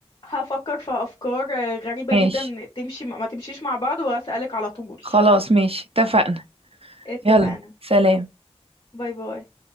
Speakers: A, on the left (about 45°); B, on the right (about 65°).
A: هفكر في افكار آه، غريبة
B: ماشي
A: جدا تمشي ما تمشيش مع بعض واسألك على طول
B: خلاص ماشي اتفقنا
A: <laughs> اتفقنا
B: يلا سلام
A: باي باي